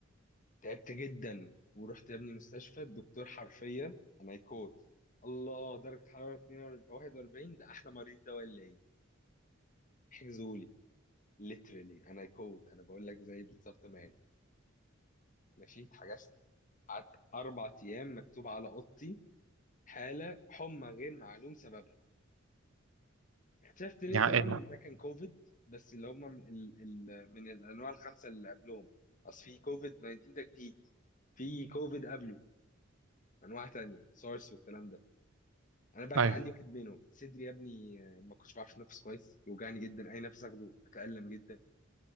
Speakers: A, on the left; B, on the right.
A: تعبت جدا ورحت يا ابني مستشفى الدكتور حرفيا انا يكوت الله درجه حراره 42 41 ده احلى مريض ده ولا ايه حجزوا لي ليترالي انا يكوت انا بقول لك زي بالظبط ما قال ماشي اتحجزت قعدت اربع ايام مكتوب على اوضتي حاله حمى غير معلوم سببها اكتشفت ليتر
B: يعني ايه
A: اون
B: ده
A: ده كان كوفيد بس اللي هم من, ال- ال- من الانواع الخمسه اللي قبلهم اصل في كوفيد 19 ده جديد في كوفيد قبله انواع تانية سارس والكلام ده انا بقى
B: ايوه
A: كان عندي واحد منهم صدري يا ابني آه، ما كنتش بعرف انفس كويس يوجعني جدا اي نفس اخده اتالم جدا